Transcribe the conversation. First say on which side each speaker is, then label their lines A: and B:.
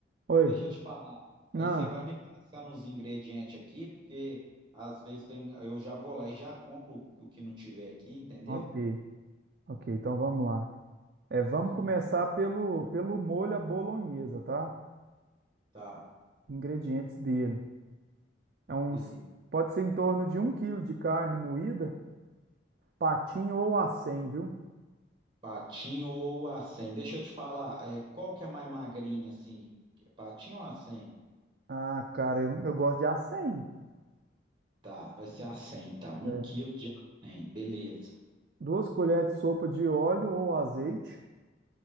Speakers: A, on the right; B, on the right.
A: Oi.
B: Deixa eu te falar. Aí
A: Ah,
B: você vai me passar nos ingredientes aqui, porque às vezes tem, eu já vou lá e já compro o que não tiver aqui, entendeu?
A: ok. Ok, então vamos lá. É, vamos
B: Uhum.
A: começar pelo, pelo molho à bolonhesa, tá?
B: Tá,
A: Ingredientes dele. É uns,
B: beleza.
A: pode ser em torno de um quilo de carne moída, patinho ou acém, viu?
B: Patinho ou acém? Deixa eu te falar, é, qual que é mais magrinha, assim? Patinho ou acém?
A: Ah, cara, eu, eu gosto de acém.
B: Tá, vai ser acém, então. Um
A: É.
B: quilo de acém, beleza.
A: Duas colheres de sopa de óleo ou azeite,